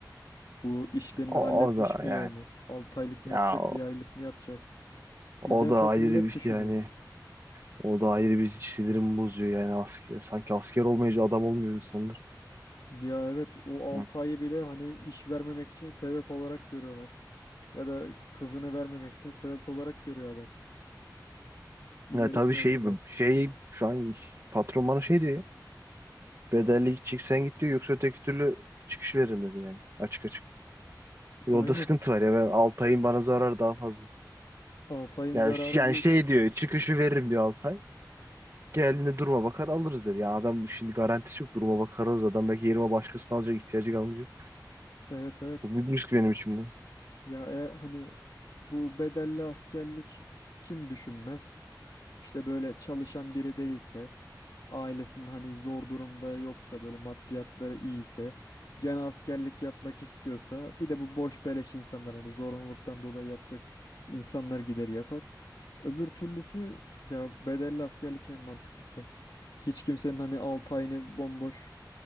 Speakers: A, on the left; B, on the right.
A: Bu işlerini
B: O,
A: halletmiş
B: o da
A: mi yani?
B: yani.
A: 6 aylık mı
B: Ya
A: yapacak, bir aylık mı yapacak? Sizden
B: O da
A: çok
B: ayrı
A: millet
B: bir
A: düşünüyor.
B: yani. O da ayrı bir sinirimi bozuyor yani asker. Sanki asker olmayınca adam olmuyor insanlar.
A: Ya evet o
B: Hı.
A: 6 ayı bile hani iş vermemek için sebep olarak görüyorlar. Ya da kızını vermemek için sebep olarak görüyor adam. Bir
B: Ya
A: garip
B: tabii
A: mevzular.
B: şey şey şu an patron bana şey diyor ya. Bedelli gidecek sen git diyor yoksa öteki türlü çıkış veririm dedi yani. Açık açık. Yolda
A: Aynen.
B: sıkıntı var ya ben Altay'ın bana zararı daha fazla.
A: 6 ayın
B: Yani,
A: zararı
B: ş- yani
A: büyük.
B: şey diyor çıkışı veririm diyor Altay. Geldiğinde duruma bakar alırız dedi. Yani adam şimdi garantisi yok duruma bakar alırız. Adam belki yerime başkasını alacak ihtiyacı kalmayacak.
A: Evet evet.
B: Çok büyük risk benim için bu.
A: Ya e, hani bu bedelli askerlik kim düşünmez? İşte böyle çalışan biri değilse, ailesinin hani zor durumda yoksa, böyle maddiyatları iyiyse, canı askerlik yapmak istiyorsa, bir de bu boş beleş insanlar hani zorunluluktan dolayı yapacak insanlar gider yapar. Öbür türlüsü ya bedelli askerlik en mantıklısı. Hiç kimsenin hani 6 ayını bomboş